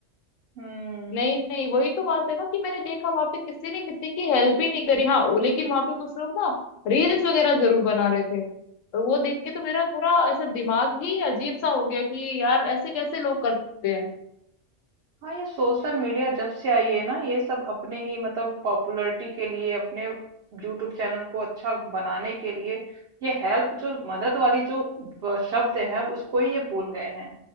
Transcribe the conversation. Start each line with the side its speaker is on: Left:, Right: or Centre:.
Right: हम्म
Left: नहीं नहीं वही तो बात है ना कि मैंने देखा वहां पे किसी ने किसी की हेल्प ही नहीं करी हाँ लेकिन वहां पे कुछ लोग ना रील्स वगैरह जरूर बना रहे थे और वो देख के तो मेरा पूरा ऐसा दिमाग ही अजीब सा हो गया कि यार ऐसे कैसे लोग कर सकते हैं
Right: हाँ ये सोशल मीडिया जब से आई है ना ये सब अपने ही मतलब पॉपुलैरिटी के लिए अपने यूट्यूब चैनल को अच्छा बनाने के लिए ये हेल्प जो मदद वाली जो ब- शब्द है उसको ही ये भूल गए हैं